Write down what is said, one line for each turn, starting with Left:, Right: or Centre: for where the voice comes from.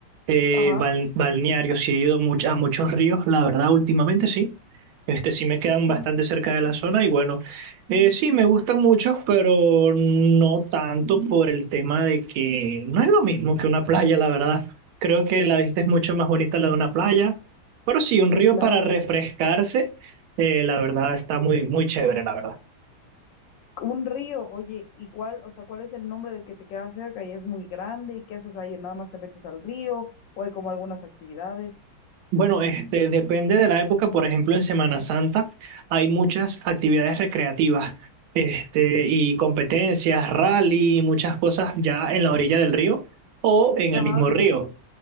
Right: eh,
Left: Ajá,
Right: bal- balnearios, sí he ido much- a muchos ríos, la verdad, últimamente sí, este sí me quedan bastante cerca de la zona y bueno, eh, sí me gustan muchos, pero no tanto por el tema de que no es lo mismo que una playa, la verdad, creo que la vista es mucho más bonita la de una playa, pero sí, un
Left: sí,
Right: río
Left: claro.
Right: para refrescarse, eh, la verdad está muy, muy chévere, la verdad.
Left: Un río, oye, ¿y cuál, o sea, cuál es el nombre del que te queda cerca y es muy grande? ¿Y qué haces ahí? ¿Nada más te metes al río o hay como algunas actividades?
Right: Bueno, este, depende de la época. Por ejemplo, en Semana Santa hay muchas actividades recreativas, este, y competencias, rally, muchas cosas ya en la orilla del río o en
Left: Ajá.
Right: el mismo río.